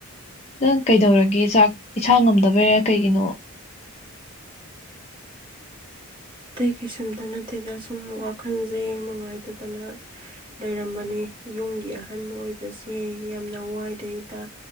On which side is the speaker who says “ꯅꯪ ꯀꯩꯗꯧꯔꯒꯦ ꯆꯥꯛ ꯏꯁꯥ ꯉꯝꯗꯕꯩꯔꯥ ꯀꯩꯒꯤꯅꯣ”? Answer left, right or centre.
Left